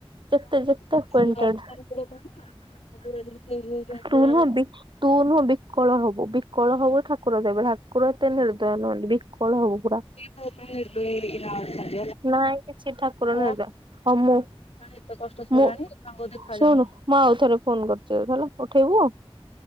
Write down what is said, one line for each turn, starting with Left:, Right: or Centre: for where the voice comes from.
Right: ଯେତେ
Left: ଟା
Right: ଯେତେ ଏକ୍ୱେଣ୍ଟଟେଡ୍
Left: ଛୁଆ ଗୁଡା କହୁନା ସବୁବେଳେ ଯଦି ସେଇ ଯୋଉ ଜିନିଷ
Right: ତୁ
Left: ଗୁଡାକ
Right: ନହ ତୁ ନୁହଁ ବିକଳ ହବୁ ବିକଳ ହବୁ ଠାକୁର ଦେବେ ଠାର ଏତେ ନିର୍ଦୟ ନୁହନ୍ତି ବିକଳ ହବୁ
Left: <unintelligible>
Right: ପୁରା ନାଇଁ କିଛି ଠାକୁର
Left: ହଁ
Right: ନଟ ହଁ ମୁଁ
Left: ଏତେ କଷ୍ଟ ସହିଲାଣି
Right: ମୁଁ
Left: ତାଙ୍କୁ ଦେଖା
Right: ଶୁଣ
Left: ଯାଉନି।
Right: ମୁଁ ଆଉ ଥରେ ଫୋନ କରୁଛି ହେଲା ଉଠେଇବୁ ଆଉ।